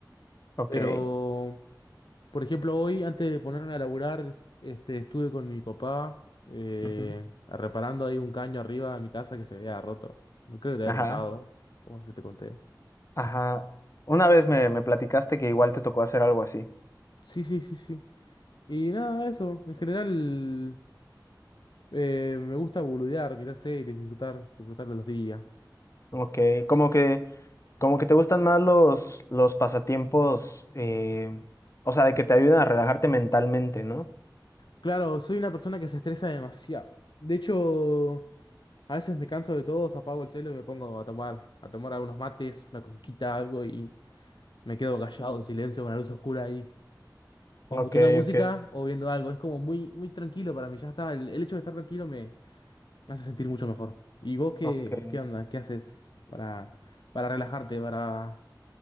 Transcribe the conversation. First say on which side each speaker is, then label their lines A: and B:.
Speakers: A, on the left; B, on the left.
A: ok.
B: Pero, por ejemplo, hoy, antes de ponerme a laburar, este, estuve con mi papá eh,
A: Ujú.
B: reparando ahí un caño arriba de mi casa que se había roto. Creo que te había
A: Ajá,
B: contado, o no sé si te conté.
A: ajá. Una vez me, me platicaste que igual te tocó hacer algo así.
B: Sí, sí, sí, sí. Y nada, eso. En general, eh, me gusta boludear, mirar series, disfrutar, disfrutar de los días.
A: Ok, como que, como que te gustan más los, los pasatiempos, eh, o sea, de que te ayudan a relajarte mentalmente, ¿no?
B: Claro, soy una persona que se estresa demasiado. De hecho, a veces me canso de todo, apago el celo y me pongo a tomar, a tomar algunos mates, una conquita, algo y Me quedo callado en silencio con la luz oscura ahí. O
A: Ok,
B: escuchando música
A: ok,
B: o viendo algo. Es como muy, muy tranquilo para mí. Ya está. El, el hecho de estar tranquilo me, me hace sentir mucho mejor. ¿Y vos qué,
A: ok.
B: qué onda? ¿Qué haces para, para relajarte, para